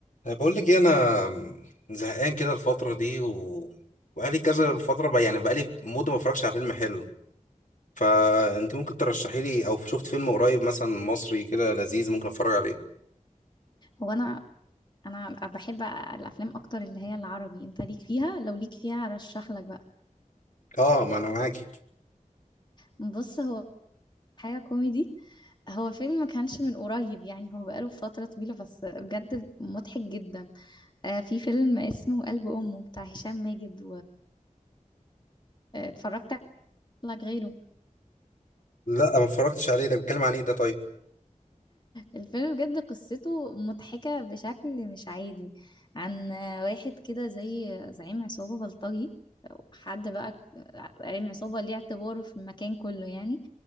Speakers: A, on the left; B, on the left.
A: أه، بقول لك إيه، انا زهقان كده الفتره دي و... وبقالي كذا فتره بقى يعني بقالي مده ما اتفرجش على فيلم حلو فانت ممكن ترشحي لي او شفت فيلم قريب مثلا مصري كده لذيذ ممكن اتفرج عليه
B: هو انا انا بحب الافلام اكتر اللي هي العربي انت ليك فيها لو ليك فيها ارشح لك بقى
A: اه ما انا معاكي
B: بص هو حاجه كوميدي هو فيلم ما كانش من قريب يعني هو بقاله فتره طويله بس بجد مضحك جدا آه في فيلم اسمه قلب امه بتاع هشام ماجد واتفرجت عليه غيره
A: لا ما اتفرجتش عليه ده بيتكلم عن ايه ده طيب
B: الفيلم بجد قصته مضحكة بشكل مش عادي عن واحد كده زي زعيم عصابة بلطجي أو حد بقى زعيم عصابة ليه اعتباره في المكان كله يعني